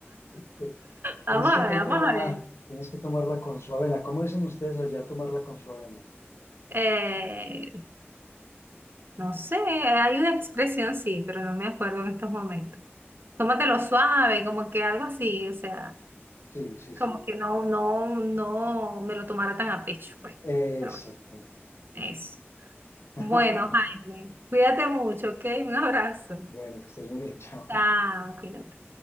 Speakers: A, on the left; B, on the right.
A: Este,
B: Vamos
A: Tienes que
B: a ver,
A: tomarla,
B: vamos a ver.
A: tienes que tomarla con su avena. ¿Cómo dicen ustedes allá tomarla con su avena?
B: Eh, no sé, hay una expresión, sí, pero no me acuerdo en estos momentos. Tómatelo suave, como que algo así, o sea,
A: Sí, sí, sí.
B: como que no, no, no me lo tomara tan a pecho, pues.
A: Exacto.
B: Pero bueno, eso.
A: <laughs>
B: Bueno, Jaime, cuídate mucho, ¿ok? Un abrazo.
A: Bueno, que estés muy bien, chao.
B: Chao, cuídate.